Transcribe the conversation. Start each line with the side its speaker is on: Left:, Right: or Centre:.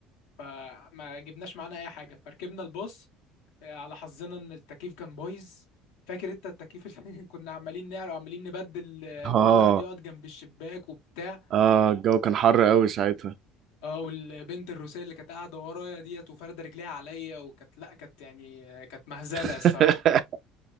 Left: فما جبناش معانا اي حاجه فركبنا الباص على حظنا ان التكييف كان بايظ فاكر انت التكييف اللي <laughs> كنا عمالين نعرق وعمالين نبدل آه،
Right: اه
Left: كل واحد يقعد جنب الشباك وبتاع
Right: اه الجو كان حر قوي ساعتها
Left: اه والبنت الروسية اللي كانت قاعدة ورايا ديت وفاردة رجليها عليا وكانت لا كانت يعني آه، كانت مهزلة
Right: <laughs>
Left: الصراحة